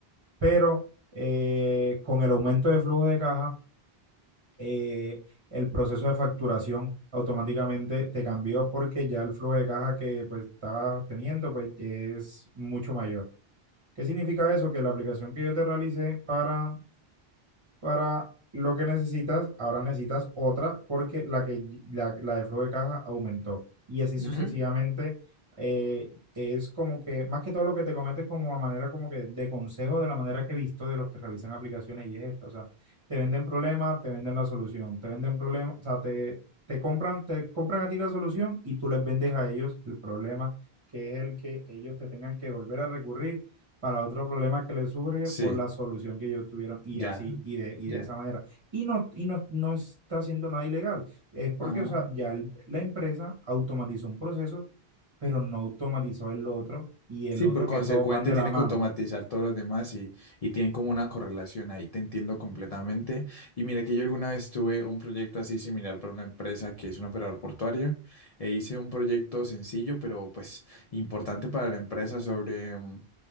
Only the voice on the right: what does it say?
Pero eh, con el aumento de flujo de caja, eh, el proceso de facturación automáticamente te cambió porque ya el flujo de caja que pues estabas teniendo pues es mucho mayor. ¿Qué significa eso? Que la aplicación que yo te realicé para para lo que necesitas, ahora necesitas otra porque la, que, la, la de flujo de caja aumentó. Y así sucesivamente
eh, es como que, más que todo lo que te comento es como a manera como que de consejo de la manera que he visto de los que realizan aplicaciones y es esta, o sea, te venden problema, te venden la solución, te venden problema, o sea, te, te compran, te compran a ti la solución y tú les vendes a ellos el problema, que es el que ellos te tengan que volver a recurrir para otro problema que le surge
por la solución que ellos tuvieron y
así y de, y de
esa manera. Y no, y no, no está haciendo nada ilegal. Es porque,
o sea, ya el- la empresa automatizó un proceso, pero no automatizó el otro y
el otro
que todos van de
la mano.